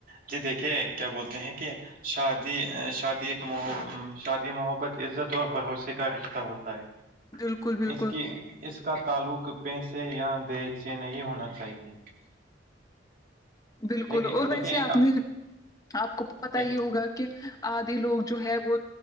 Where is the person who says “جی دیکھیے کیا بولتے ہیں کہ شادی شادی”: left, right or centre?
Right